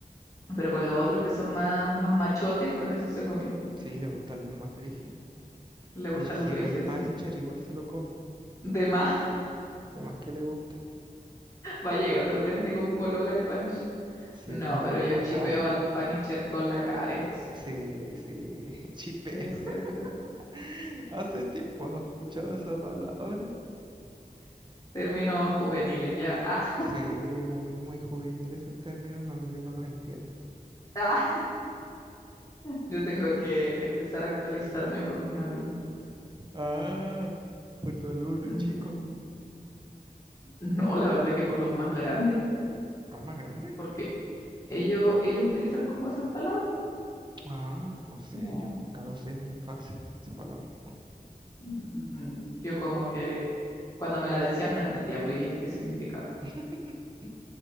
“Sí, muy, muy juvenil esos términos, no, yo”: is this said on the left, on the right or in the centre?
Right